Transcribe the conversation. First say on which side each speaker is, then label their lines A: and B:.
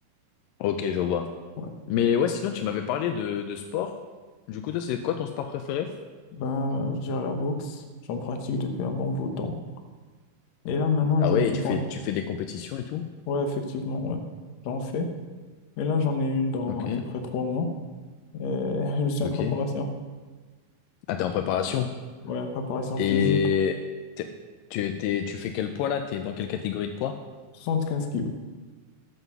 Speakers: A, on the left; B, on the left.
A: Ok, je vois.
B: Ouais.
A: Mais ouais, sinon, tu m'avais parlé de, de sport. Du coup, toi, c'est quoi ton sport préféré?
B: Ben, euh, je dirais la boxe. J'en pratique depuis un bon bout de temps. Et là, maintenant,
A: Ah
B: je
A: ouais,
B: me suis
A: tu
B: pas...
A: fais, tu fais des compétitions et tout?
B: Ouais, effectivement, ouais. J'en fais. Mais là, j'en ai une dans
A: Ok,
B: à peu près trois mois. Et <laughs> je suis
A: ok.
B: en préparation.
A: Ah, t'es en préparation.
B: Ouais, préparation
A: Et
B: physique.
A: t'es- tu, t'es, tu fais quel poids là? T'es dans quelle catégorie de poids?
B: 75 kilos.